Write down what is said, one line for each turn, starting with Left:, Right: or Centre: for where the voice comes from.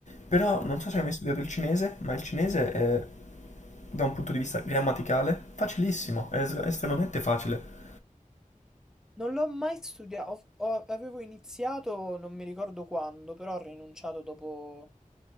Left: Però non so se
Centre: Mm.
Left: hai mai studiato il cinese, ma il cinese è, da un punto di vista grammaticale, facilissimo, è es- estremamente facile.
Centre: Non l'ho mai studiato, ho- ho- avevo iniziato, non mi ricordo quando, però ho rinunciato dopo,